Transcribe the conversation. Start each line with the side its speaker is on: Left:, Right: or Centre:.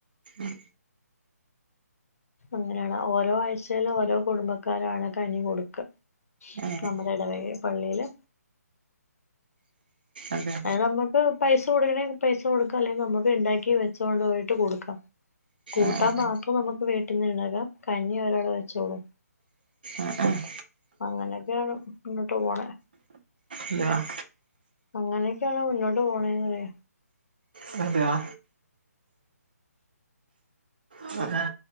Right: ഉം
Left: അങ്ങനെയാണ് ഓരോ ആഴ്ചയിലും ഓരോ കുടുംബക്കാരാണ് കഞ്ഞി കൊട്ക്ക.
Right: ആഹ്
Left: നമ്മടെ ഇടവകെപള്ളിയില്
Right: അതെ
Left: കണംമ്മക്ക് <unintelligible> പൈസ കൊടുക്കണേ പൈസ കൊടുക്കാം അല്ലെങ്കിൽ നമുക്ക് ഇണ്ടാക്കി വെച്ചോണ്ട് പോയിട്ട് കൊടുക്കാം. കൂട്ടാൻ
Right: ആഹ്
Left: മാത്രം നമുക്ക് വീട്ടീന്ന്ണ്ടാകാം കഞ്ഞി അവരവടെ വെച്ചോളും.
Right: ആഹ് ആഹ്
Left: അ അങ്ങനെയൊക്കെയാണ് മുന്നോട്ട് പോണ
Right: ഇല്ല.
Left: അങ്ങനെക്കെണ് മുന്നോട്ട് പോണന്നറിയ
Right: അതെ ദേവാ ജൂസ് ജൂസ്